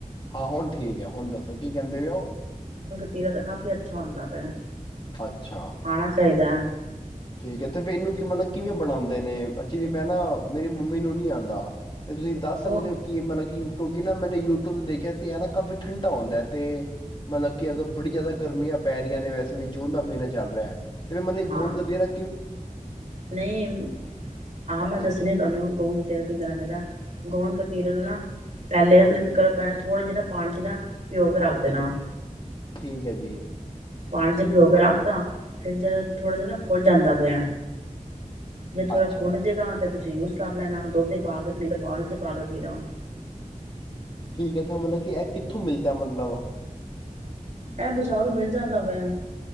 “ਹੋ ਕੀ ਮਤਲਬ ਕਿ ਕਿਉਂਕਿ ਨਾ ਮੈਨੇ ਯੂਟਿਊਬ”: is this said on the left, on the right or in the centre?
Left